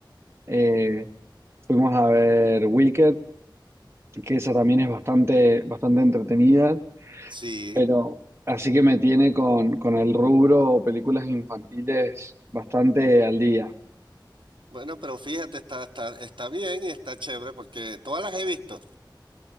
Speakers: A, on the right; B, on the right.
A: Eh, fuimos a ver Wicked, que esa también es bastante, bastante entretenida,
B: sí.
A: pero así que me tiene con, con el rubro películas infantiles bastante al día.
B: Bueno, pero fíjate, está, está, está bien y está chévere porque todas las he visto,